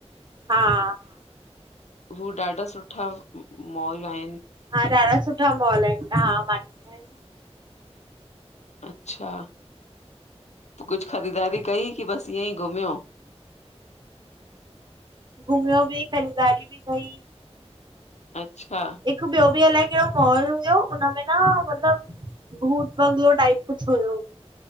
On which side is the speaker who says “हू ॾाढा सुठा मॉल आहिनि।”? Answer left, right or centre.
Left